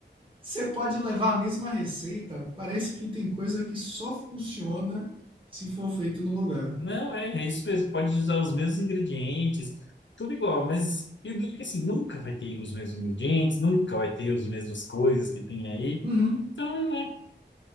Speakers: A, on the right; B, on the left.
A: Você pode levar a mesma receita, parece que tem coisa que só funciona se for feito no lugar.
B: Não, é, é isso mesmo. Pode usar os mesmos ingredientes, tudo igual, mas eu digo que assim, nunca vai ter os mesmos ingredientes, nunca vai ter as mesmas coisas que tem aí.
A: Uhum.
B: Então, né,